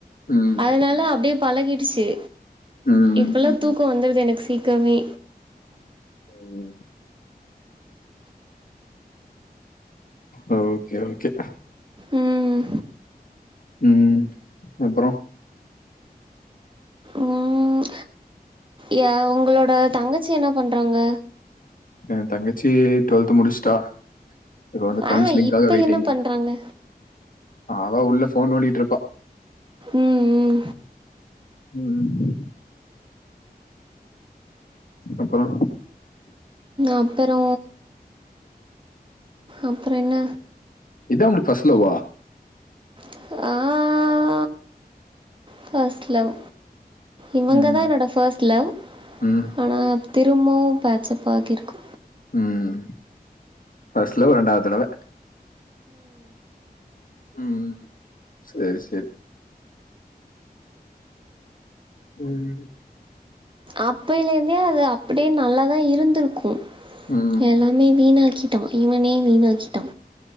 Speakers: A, on the left (about 60°); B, on the right (about 30°).
A: ம்
B: அதனால அப்டியே பழகிடுச்சி
A: ம்
B: இப்பல்லா தூக்கம் வந்துருது எனக் சீக்கிரமே
A: வரும் ஆ ஓகே ஓகே
B: ம்.
A: ம் அப்புறோ
B: ம். ய உங்களோட தங்கச்சி என்ன பண்றாங்க
A: என் தங்கச்சி டுவெல்த் முடிஷ்ட்டா இப்ப வந்து கவுன்சிலிங்க்காக
B: ஆ இப்ப
A: வெயிட்டிங்
B: என்ன பண்றாங்க
A: அவ உள்ள ஃபோன் நோன்டிட்ருப்பா
B: ம் ம்
A: ம் ம் அப்புறோ
B: அப்பறோ அப்றோ என்ன
A: இதா உங்ளுக் ஃபர்ஸ்ட் லவ்வா
B: ஆ ஃபர்ஸ்ட் லவ் இவங்க
A: ம்
B: தா என்னோட ஃபஸ்ட் லவ்
A: ம்
B: ஆனா திரும்பவும் பேச்சப்பாகியிருக்கோ
A: ம் ஃபர்ஸ்ட் லவ் ரெண்டாவ் தடவ ம் செரி செரி ம்
B: அப்பைலேந்தே அது அப்படியே நல்லா தா இருந்திருக்கும்
A: ம்
B: எல்லாமே வீணாக்கிட்டா இவனே வீணாக்கிட்டா